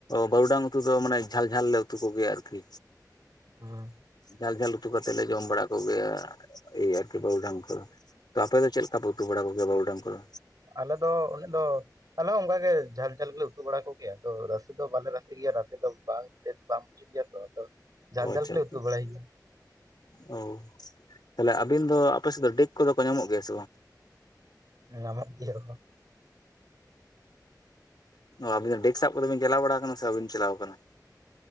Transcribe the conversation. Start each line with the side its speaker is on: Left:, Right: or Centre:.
Left: ᱵᱟᱹᱨᱩᱰᱟᱝ ᱩᱛᱩ ᱫᱚ ᱢᱟᱱᱮ ᱡᱷᱟᱞ ᱡᱷᱟᱞ ᱞᱮ ᱩᱛᱩ ᱠᱚᱜᱮᱭᱟ ᱟᱨᱠᱤ
Right: ᱦᱩᱸ
Left: ᱡᱷᱟᱞ ᱡᱷᱟᱞ ᱩᱛᱩ ᱠᱟᱛᱮᱜ ᱞᱮ ᱡᱚᱢ ᱵᱟᱲᱟ ᱠᱚᱜᱮᱭᱟ ᱮᱭ ᱟᱨᱠᱤ ᱵᱟᱹᱨᱩᱰᱟᱝ ᱠᱚ ᱛᱚ ᱟᱯᱮ ᱫᱚ ᱪᱮᱫ ᱞᱮᱠᱟ ᱯᱮ ᱩᱛᱩ ᱵᱟᱲᱟ ᱠᱚᱜᱮᱭᱟ ᱵᱩᱹᱨᱩᱰᱟᱝ ᱠᱚᱫᱚ
Right: ᱟᱞᱮ ᱫᱚ ᱚᱱᱮ ᱫᱚ ᱟᱞᱮᱦᱚᱸ ᱚᱱᱠᱟ ᱜᱮ ᱡᱷᱟᱞ ᱡᱷᱟᱞ ᱜᱮᱞᱮ ᱩᱛᱩ ᱵᱟᱲᱟ ᱠᱚᱜᱮᱭᱟ ᱛᱚ ᱨᱟᱥᱮ ᱫᱚ ᱵᱟᱞᱮ ᱨᱟᱥᱮ ᱜᱮᱭᱟ ᱨᱟᱥᱮ ᱫᱚ ᱵᱟᱝ ᱴᱮᱥ ᱵᱟᱝ <unintelligible>
Left: ᱚ ᱟᱪᱪᱷᱟ
Right: ᱜᱮᱞᱮ
Left: ᱟᱪᱪᱷᱟ
Right: ᱩᱛᱩ ᱵᱟᱲᱟᱭ ᱜᱮᱭᱟ
Left: ᱚ ᱛᱟᱦᱚᱞᱮ ᱟᱹᱵᱤᱱ ᱫᱚ ᱟᱯᱮ ᱥᱮᱫ ᱫᱚ ᱰᱤᱜ ᱠᱚᱫᱚ ᱠᱚ ᱧᱟᱢᱚᱜ ᱜᱮᱭᱟ ᱥᱮ ᱵᱟᱝ
Right: ᱧᱟᱢᱚᱜ ᱜᱮ ᱠᱚ
Left: ᱚ ᱟᱵᱤᱱ ᱫᱚ ᱰᱤᱜ ᱥᱠᱚᱛᱮᱵᱤᱱ ᱪᱟᱞᱟᱣ ᱵᱟᱲᱟ ᱟᱠᱟᱱᱟ ᱥᱮ ᱟᱹᱵᱤᱱ ᱪᱟᱞᱟᱣ ᱟᱠᱟᱱᱟ